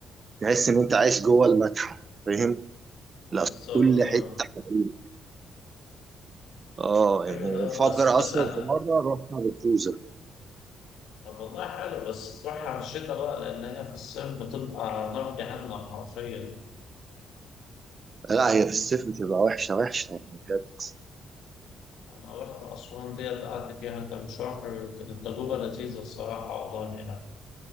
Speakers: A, on the right (about 40°); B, on the left (about 80°).
A: تحس ان انت عايش جوه المتحف فاهم لا
B: بالظبط
A: كل
B: اه
A: حته حقيقي. اه
B: حلو
A: يعني
B: ده
A: بفكر
B: بس بس
A: اصلا
B: أتنى.
A: في مره رحنا بالكوزه
B: طب والله حلو بس تروح على الشتاء بقى لأن هي في الصيف بتبقى نار جهنم حرفيا
A: لا هي في الصيف بتبقى وحشه وحشه يعني كانت
B: أنا رحت أسوان ديت قعدت فيها كام شهر كانت تجربة لذيذة الصراحة والله يعني